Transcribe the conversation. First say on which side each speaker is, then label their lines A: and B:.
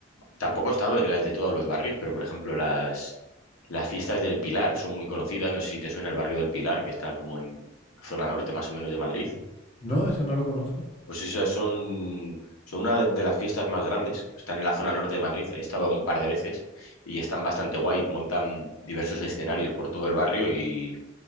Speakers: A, on the left; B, on the left.
A: tampoco he estado en las de todos los barrios, pero por ejemplo las, las fiestas del Pilar son muy conocidas, no sé si te suena el barrio del Pilar, que está como en zona norte más o menos de Madrid,
B: No, eso no lo conozco.
A: Pues esas son, son una de las fiestas más grandes. Están en la zona norte de Madrid. He estado un par de veces y están bastante guay. Montan diversos escenarios por todo el barrio y,